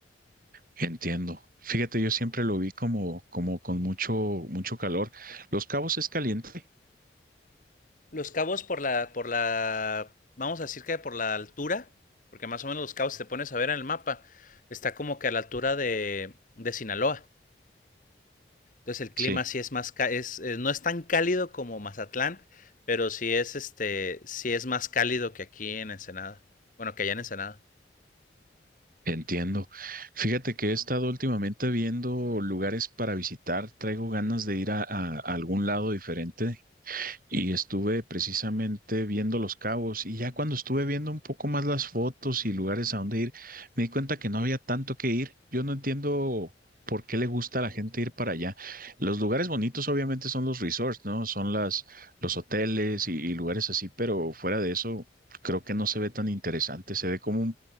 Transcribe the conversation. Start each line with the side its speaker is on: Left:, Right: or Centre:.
Right: Entiendo. Fíjate, yo siempre lo vi como, como con mucho, mucho calor. Los Cabos es caliente.
Left: Los cabos por la, por la, vamos a decir que por la altura, porque más o menos los cabos, si te pones a ver en el mapa, está como que a la altura de, de Sinaloa. Entonces el clima
Right: Sí,
Left: sí es más, es, es, eh, no es tan cálido como Mazatlán, pero sí es, este, sí es más cálido que aquí en Ensenada. Bueno, que allá en Ensenada.
Right: entiendo. Fíjate que he estado últimamente viendo lugares para visitar. Traigo ganas de ir a, a- a algún lado diferente Y estuve precisamente viendo Los Cabos y ya cuando estuve viendo un poco más las fotos y lugares a donde ir, me di cuenta que no había tanto que ir. Yo no entiendo por qué le gusta a la gente ir para allá. Los lugares bonitos obviamente son los resorts, ¿no? Son las, los hoteles y, y lugares así, pero fuera de eso creo que no se ve tan interesante. Se ve como un-